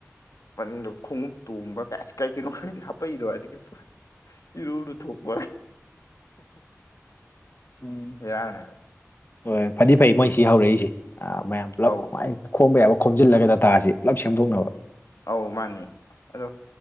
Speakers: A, on the left; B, on the left.
A: ꯃꯅꯨꯡꯗ ꯈꯣꯡꯎꯞ ꯇꯣꯡꯕ ꯀ ꯀꯩ ꯀꯩꯅꯣ ꯈꯪꯗꯦ ꯍꯥꯄꯛꯏꯗꯣ ꯍꯥꯏꯒꯤ ꯏꯔꯨ ꯂꯨ ꯊꯣꯛꯄ
B: ꯎꯝ
A: ꯌꯥꯅꯦ
B: ꯍꯣꯏ
A: ꯎꯝ
B: ꯐꯗꯤ ꯐꯩ ꯃꯣꯏꯁꯤ ꯍꯧꯔꯛꯏꯁꯦ ꯑ ꯃꯌꯥꯝ ꯄꯨꯂꯞꯃꯥꯏꯅ
A: ꯑꯧ
B: ꯈꯣꯝꯕ ꯌꯥꯕ ꯈꯣꯝꯖꯤꯜꯂꯒ ꯗꯇꯥꯁꯤꯦ ꯄꯨꯂꯞ ꯁꯦꯝꯗꯣꯛꯅꯕ
A: ꯑꯧ ꯃꯥꯅꯦ ꯑꯗꯣ